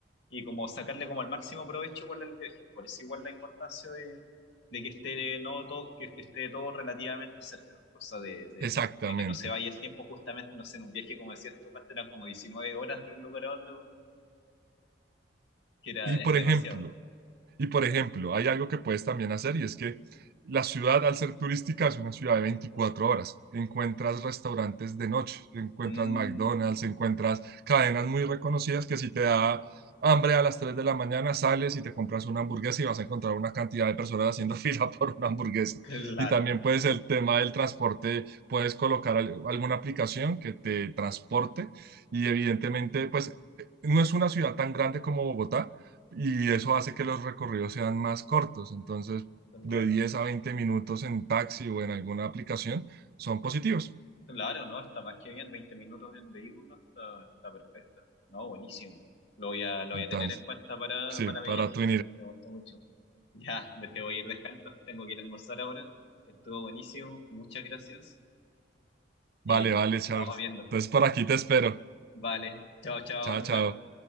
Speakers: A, on the left; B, on the right.
A: y como sacarle como el máximo provecho igual al viaje. Por eso igual la importancia de, de que esté no todo, que, que esté todo relativamente cerca, cosa de, de-
B: Exactamente.
A: de que no se vaya el tiempo justamente, no sé, en un viaje como decías tú, Cast, eran como 19 horas de un lugar a otro, que era,
B: Y por
A: es demasiado.
B: ejemplo, Y por ejemplo, hay algo que puedes también hacer y es que la ciudad, al ser turística, es una ciudad de 24 horas. Encuentras restaurantes de noche, encuentras
A: Mm,
B: McDonald's, encuentras cadenas muy reconocidas que si te da hambre a las 3 de la mañana, sales y te compras una hamburguesa y vas a encontrar una cantidad de personas haciendo <laughs> fila por una hamburguesa.
A: claro,
B: Y también puedes el tema del transporte, puedes colocar al- alguna aplicación que te transporte y evidentemente, pues eh, no es una ciudad tan grande como Bogotá, y eso hace que los recorridos sean más cortos. Entonces,
A: claro.
B: de 10 a 20 minutos en taxi o en alguna aplicación son positivos.
A: Claro, ¿no? Está más que bien, 20 minutos en vehículo, está, está perfecto. No, buenísimo. Lo voy a, lo
B: Entonces,
A: voy a tener en cuenta para,
B: sí,
A: para
B: para
A: mi viaje,
B: tu
A: excelente, me gustó mucho. Ya, me te voy a ir dejando. <laughs> Tengo que ir a almorzar ahora. Estuvo buenísimo. Muchas gracias.
B: Vale,
A: Eh,
B: vale,
A: y nos
B: Charles.
A: estamos viendo.
B: Entonces, por aquí te espero.
A: Vale. Chao, chao.
B: Chao,
A: Nos
B: chao.
A: vemos.